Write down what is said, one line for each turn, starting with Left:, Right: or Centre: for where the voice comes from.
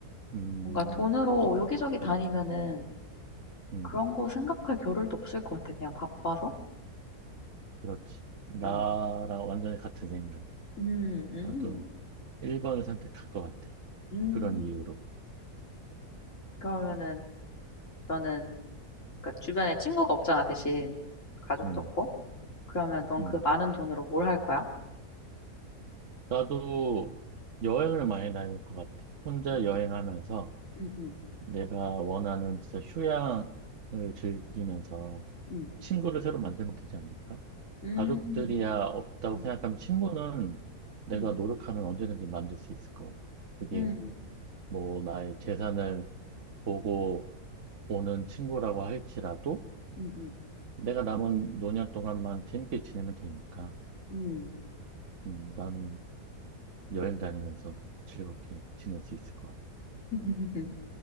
Right: 음,
Left: 뭔가 돈으로 여기저기 다니면은
Right: 음,
Left: 그런 거 생각할 겨를도 없을 것 같아. 그냥 바빠서.
Right: 그렇지. 나랑
Left: 음,
Right: 완전히 같은 생각.
Left: 음,
Right: 나도
Left: 음,
Right: 1번을 선택할 것 같아.
Left: 음.
Right: 그런 이유로.
Left: 그러면은
Right: 음,
Left: 너는 그러니까 주변에 친구가 없잖아, 대신 가족도
Right: 음,
Left: 없고. 그러면 넌
Right: 음.
Left: 그 많은 돈으로 뭘 할 거야?
Right: 나도 여행을 많이 다닐 것 같아. 혼자
Left: 음,
Right: 여행하면서
Left: 음,
Right: 내가 원하는 진짜 휴양을 즐기면서
Left: 음,
Right: 친구를 새로 만들면 되지 않을까?
Left: 음,
Right: 가족들이야 없다고
Left: 음,
Right: 생각하면 친구는 내가
Left: 음,
Right: 노력하면 언제든지 만들 수 있을 것 같아. 그게
Left: 음,
Right: 뭐 나의 재산을 보고 오는 친구라고 할지라도
Left: 음, 음,
Right: 내가 남은 노년 동안만 재밌게 지내면 되니까
Left: 음.
Right: 음, 나는 여행 다니면서 즐겁게 지낼 수 있을 것 같아.
Left: <laughs> 음.